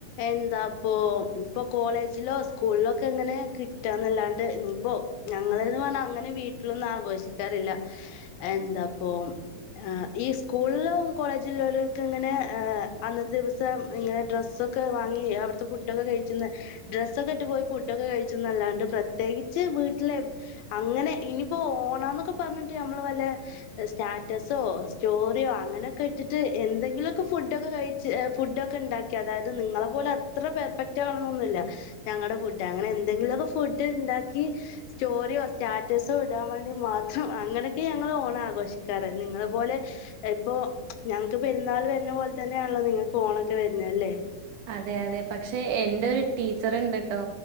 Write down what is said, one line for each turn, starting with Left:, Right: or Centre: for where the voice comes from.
Left: എന്താപ്പൊ ഇപ്പൊ കോളേജിലോ സ്കൂളിലോക്കെ എങ്ങനെ കിട്ടാന്നല്ലാണ്ട് ഇപ്പോ ഞങ്ങളന്ന് പറഞ്ഞാ അങ്ങനെ വീട്ടിലൊന്നും ആഘോഷിക്കാറില്ല എന്താപ്പൊ ആ ഈ സ്കൂളിലോ കോളേജിലളർക്ക് അങ്ങനെ അന്നെ ദിവസം ഇങ്ങനെ ഡ്രസ്സൊക്കെ വാങ്ങി അവിടുത്തെ ഫുഡൊക്കെ കഴിച്ചന്ന് ഡ്രസ്സൊക്കെ ഇട്ട് പോയി ഫുഡൊക്കെ കഴിച്ചന്നല്ലാണ്ട് പ്രത്യേകിച്ച് വീട്ടിലെ അങ്ങനെ ഇനിയിപ്പോ ഓണന്നൊക്കെ പറഞ്ഞിട്ട് ഞമ്മള് വല്ല സ് സ്റ്ററ്റസോ സ്റ്റോറിയോ അങ്ങനെയൊക്കെ ഇട്ടിട്ട് എന്തെങ്കിലുമൊക്കെ ഫുഡൊക്കെ കഴിച്ച് ഫുഡൊക്കെ ഉണ്ടാക്കി അതായത് നിങ്ങളെ പോലെ അത്ര പെർഫെക്റ്റ് ആകണെന്നൊന്നുമല്ല ഞങ്ങളുടെ ഫുഡ് അങ്ങനെ എന്തെങ്കിലുമൊക്കെ ഫുഡ് ഉണ്ടാക്കി സ്റ്റോറിയോ സ്റ്റാറ്റസോ ഇടാൻ വേണ്ടി മാത്രം അങ്ങനെയൊക്കെ ഞങ്ങൾ ഓണ ആഘോഷിക്ക ക്കാറ് നിങ്ങളെ പോലെ ഇപ്പൊ ഞങ്ങക്ക് പെരുന്നാൾ വരുന്ന പോലെ തന്നെയാണല്ലോ നിങ്ങക്ക് ഓണൊക്കെ വരുന്ന അല്ലേ
Right: അതെ അതെ പക്ഷെ എന്റെ ഒരു ടീച്ചർണ്ട് കേട്ടോ